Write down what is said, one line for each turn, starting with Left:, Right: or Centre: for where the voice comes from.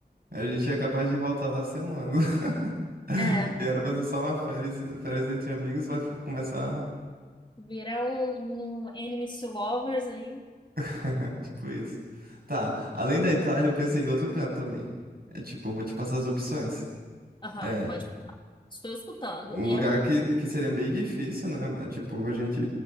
Right: A gente é capaz de voltar lá semana. <laughs>
Left: É.
Right: E era pra ser só uma férias, férias entre amigos, vai f- começar.
Left: Virar um, um enemies to lovers aí.
Right: <laughs> Tipo isso. Tá, além da Itália, eu pensei em outro canto também. É tipo, vou te passar as opções.
Left: Aham,
Right: É,
Left: pode. Estou escutando.
Right: um
Left: E
Right: lugar
Left: ano
Right: que, que seria bem difícil, né? É, tipo, a gente